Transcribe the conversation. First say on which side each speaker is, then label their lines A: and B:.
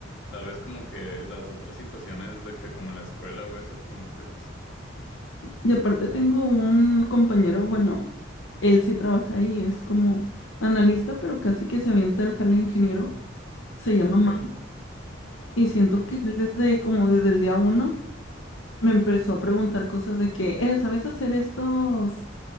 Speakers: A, on the left; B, on the left.
A: tal vez como que las otras situaciones de que como en la escuela o eso pues no te gusta.
B: Y aparte tengo un compañero, bueno, él sí trabaja ahí, es como analista, pero casi que se avienta el jale ingeniero. Se llama
A: Ok.
B: Mario. Y siento
A: Ajá.
B: que él desde, como desde el día uno, me empezó a preguntar cosas de que, eh, ¿sabes hacer estos,